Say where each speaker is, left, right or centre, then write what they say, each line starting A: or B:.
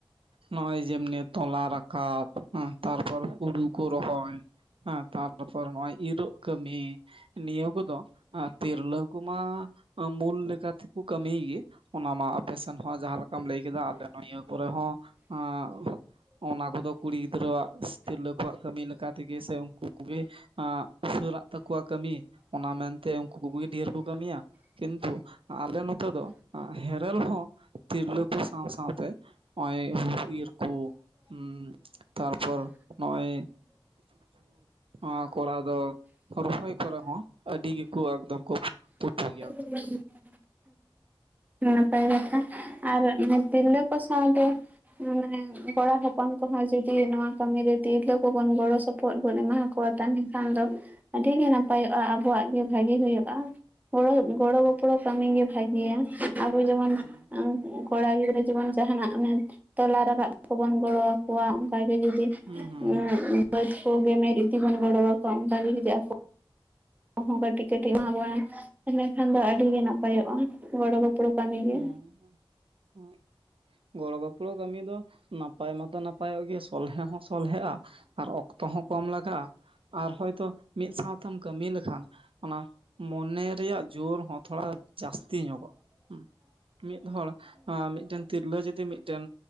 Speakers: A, on the right; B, on the right.
A: ᱱᱚᱼᱚᱭ ᱡᱮᱢᱱᱤ ᱛᱚᱞᱟ ᱨᱟᱠᱟᱵ ᱦᱩᱸ ᱛᱟᱨᱯᱚᱨ ᱦᱩᱲᱩ ᱠᱚ ᱨᱚᱦᱚᱭ ᱦᱮᱸ ᱛᱟᱨᱯᱚᱨ ᱱᱚᱼᱚᱭ ᱤᱨᱚᱜ ᱠᱟᱹᱢᱤ᱾ ᱱᱤᱭᱟᱹ ᱠᱚᱫᱚ ᱟ ᱛᱤᱨᱞᱟᱹ ᱠᱚᱢᱟ ᱢᱩᱞ ᱞᱮᱠᱟᱛᱮᱠᱚ ᱠᱟᱹᱢᱤᱭ ᱜᱮ᱾ ᱚᱱᱟ ᱢᱟ ᱟᱯᱮᱥᱮᱱ ᱦᱚᱸ ᱡᱟᱦᱟᱸ ᱞᱮᱠᱟᱢ ᱞᱟᱹᱭ ᱠᱮᱫᱟ ᱟᱞᱮ ᱦᱚᱸ ᱱᱟᱹᱤᱭᱟᱹ ᱯᱚᱨᱮ ᱦᱚᱸ ᱟᱸ ᱚᱱᱟ ᱠᱚᱫᱚ ᱠᱩᱲᱤ ᱜᱤᱫᱽᱨᱟᱹᱣᱟᱜ ᱛᱤᱨᱞᱟᱹ ᱠᱚᱣᱟᱜ ᱠᱟᱹᱢᱤ ᱞᱮᱠᱟ ᱛᱮᱜᱮ ᱥᱮ ᱩᱱᱠᱩ ᱜᱠᱚᱮ ᱟᱸᱜ ᱩᱥᱟᱹᱨᱟᱜ ᱛᱟᱠᱚᱣᱟ ᱠᱟᱹᱢᱤ ᱚᱱᱟ ᱢᱮᱱᱛᱮ ᱩᱱᱠᱩ ᱠᱚᱜᱮ ᱰᱷᱮᱨ ᱠᱚ ᱠᱟᱹᱢᱤᱭᱟ᱾ ᱠᱤᱱᱛᱩ ᱟᱞᱮ ᱱᱚᱛᱮ ᱫᱚ ᱦᱮᱨᱮᱞ ᱦᱚᱸ ᱛᱤᱨᱞᱟᱹ ᱠᱚ ᱥᱟᱶ ᱥᱟᱶᱛᱮ ᱚᱸᱭ ᱦᱩᱲᱩ ᱤᱨᱠᱚ ᱠᱩᱸ ᱛᱟᱨᱯᱚᱨ ᱱᱚᱜᱼᱚᱭ ᱟᱸ ᱠᱚᱨᱟᱣ ᱝ ᱠᱚᱲᱟ ᱫᱚ ᱨᱚᱦᱚᱭ ᱠᱚᱨᱮ ᱦᱚᱸ ᱟᱹᱰᱤ ᱜᱮᱠᱚ ᱮᱠᱫᱚᱢ ᱠᱚ ᱯᱳᱴᱷᱳ ᱜᱮᱭᱟ᱾
B: <inaudible> ᱱᱟᱯᱟᱭ ᱠᱟᱛᱷᱟ ᱟᱨ ᱢᱟᱱᱮ ᱛᱤᱨᱞᱟᱹᱠᱚ- ᱠᱚ ᱥᱟᱶᱛᱮ ᱢᱟᱱᱮ ᱠᱚᱲᱟ ᱦᱚᱯᱚᱱ ᱠᱚᱦᱚᱸ ᱡᱩᱫᱤ ᱱᱚᱣᱟ ᱠᱟᱹᱢᱤᱨ ᱨᱮ ᱛᱤᱨᱞᱟᱹ ᱠᱚᱵᱚᱱ ᱜᱚᱲᱚ ᱥᱚᱯᱚᱦᱚᱫ ᱵᱚᱱ ᱮᱢᱟ ᱟᱠᱚᱣᱟ ᱛᱟᱦᱮ ᱠᱷᱟᱱ ᱫᱚ ᱟᱹᱰᱤ ᱜᱮ ᱱᱟᱯᱟᱭᱚᱜᱼᱟ᱾ ᱟᱵᱚᱣᱟᱜ ᱜᱮ ᱵᱷᱟᱹᱜᱤ ᱦᱩᱭᱩᱜᱼᱟ᱾ ᱜᱚᱲᱚ
A: ᱦᱩᱸ
B: ᱜᱚᱲᱚ ᱜᱚᱯᱚᱲᱚ ᱠᱟᱹᱢᱤ ᱜᱮ ᱵᱷᱟᱹᱜᱤᱭᱟ᱾ ᱟᱵᱚ ᱡᱮᱢᱚᱱ
A: ᱦᱩᱸ
B: ᱠᱚᱲᱟ ᱜᱤᱫᱽᱨᱟᱹ ᱡᱮᱢᱚᱱ ᱡᱟᱦᱱᱟᱜ ᱚᱱᱮ ᱛᱚᱞᱟ ᱨᱟᱠᱟᱵ ᱠᱚᱵᱚᱱ ᱜᱚᱲᱚ ᱟᱠᱚᱣᱟ ᱚᱱᱠᱟ ᱜᱮ ᱡᱩᱫᱤ
A: ᱦᱩᱸ ᱦᱩᱸ
B: ᱩᱸᱝ-ᱼ ᱵᱟᱹᱫᱽ ᱠᱚ ᱜᱮᱢᱮᱨ ᱤᱫᱤ ᱵᱚᱱ ᱜᱚᱲᱚ ᱴᱣᱟᱠᱚᱣᱟ ᱚᱱᱠᱟ ᱜᱮ ᱡᱩᱫᱤ ᱟᱵᱚ ᱦᱚᱸ ᱠᱟᱹᱴᱤᱡ ᱠᱟᱹᱴᱤᱡ ᱮᱢᱟ ᱵᱚᱱᱟ ᱤᱱᱟᱹ ᱠᱷᱟᱱ ᱫᱚ ᱟᱹᱰᱤ ᱜᱮ ᱱᱟᱯᱟᱭᱚᱜ-ᱟ, ᱜᱚᱲᱚ ᱜᱚᱯᱚᱲᱚ ᱠᱟᱹᱢᱤ ᱜᱮ
A: ᱦᱚᱸ, ᱦᱩᱸ᱾ ᱜᱚᱲᱚ ᱜᱚᱯᱚᱲᱚ ᱠᱟᱹᱢᱤ ᱫᱚ ᱱᱟᱯᱟᱭ ᱢᱟᱛᱚ ᱱᱟᱯᱟᱭᱚᱜ ᱜᱮ ᱥᱚᱞᱦᱮ ᱦᱚᱸ ᱥᱚᱞᱦᱮᱜ-ᱟ᱾ ᱟᱨ ᱚᱠᱛᱚ ᱦᱚᱸ ᱠᱚᱢ ᱞᱟᱜᱟᱜ-ᱟ ᱟᱨ ᱦᱚᱭᱛᱚ ᱢᱤᱫ ᱥᱟᱶᱛᱮᱢ ᱠᱟᱹᱢᱤ ᱞᱮᱠᱷᱟᱱ ᱚᱱᱟ ᱢᱚᱱᱮ ᱨᱮᱭᱟᱜ ᱡᱳᱨ ᱦᱚᱸ ᱛᱷᱚᱲᱟ ᱡᱟᱹᱥᱛᱤ ᱧᱚᱜᱚᱜ-ᱟ ᱦᱩᱸ᱾ ᱢᱤᱫ ᱦᱚᱲ ᱢᱤᱫᱴᱮᱱ ᱛᱤᱨᱞᱟᱹ ᱡᱚᱫᱤ ᱢᱤᱫᱴᱮᱱ